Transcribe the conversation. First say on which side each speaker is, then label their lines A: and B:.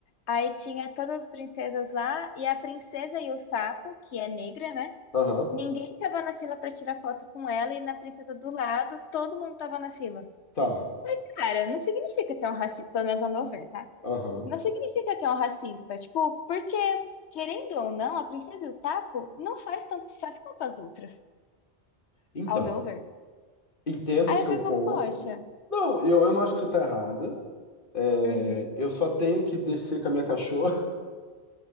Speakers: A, on the left; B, on the left.
A: aí tinha todas as princesas lá, e a princesa e o sapo, que é negra, né?
B: aham,
A: Ninguém tava na fila pra tirar foto com ela, e na princesa do lado, todo mundo tava na fila.
B: tá.
A: Cara, não significa que é um racismo, pelo menos ao meu ver, tá?
B: Aham.
A: Não significa que é um racista. Tipo, porque, querendo ou não, a Princesa e o Sapo não faz tanto sucesso quanto as outras,
B: Então,
A: ao meu ver.
B: entendo
A: Aí
B: o seu
A: eu fico,
B: ponto.
A: poxa.
B: Não, eu, eu não acho que você está errada. É,
A: Uhum.
B: eu só tenho que descer com a minha cachorra